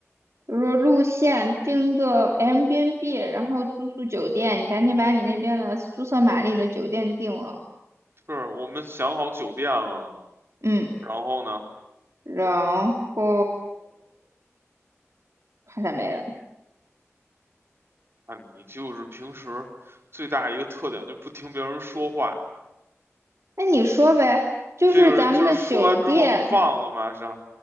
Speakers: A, on the right; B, on the right.
A: 就是路线订个 Airbnb，然后住宿酒店，你赶紧把你那边的苏瑟玛丽的酒店订了，
B: 是我们想好酒店了，
A: 嗯，
B: 然后呢，
A: 然后好像没了，
B: 啊，你就是平时最大一个特点就不听别人说话，
A: 那你说呗，就是咱们的酒店，
B: 这个人就是说完之后都忘了，马上。